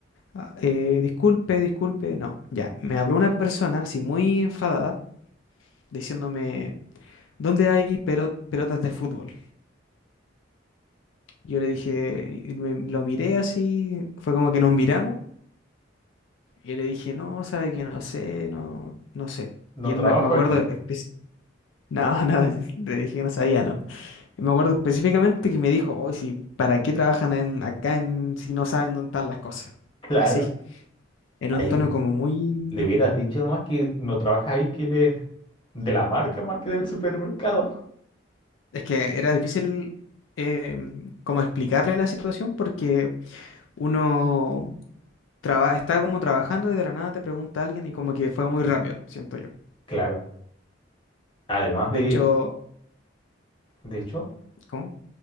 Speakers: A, on the left; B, on the left.
A: Ah, eh, disculpe, disculpe. No, ya. Me habló una persona así muy enfadada diciéndome, ¿dónde hay pelo- pelotas de fútbol? Yo le dije, y me- lo miré así, fue como que nos miramos y le dije, no, sabe que no sé, no, no sé.
B: No
A: Y él
B: trabajo
A: me, me acuerdo,
B: aquí.
A: espe- no, <laughs> no, le dije que no sabía, no. Y me acuerdo específicamente que me dijo, oye, sí, ¿para qué trabajan en- acá en, si no saben dónde están las cosas?
B: Claro.
A: Así, en
B: Ahí
A: un tono como muy...
B: le hubieras dicho nomás que no trabajas ahí, que eres de la marca más que del supermercado.
A: Es que era difícil eh, como explicarle la situación porque uno traba- está como trabajando y de la nada te pregunta a alguien y como que fue muy rápido, siento yo.
B: Claro. Además
A: De
B: de...
A: hecho,
B: De hecho,
A: ¿cómo?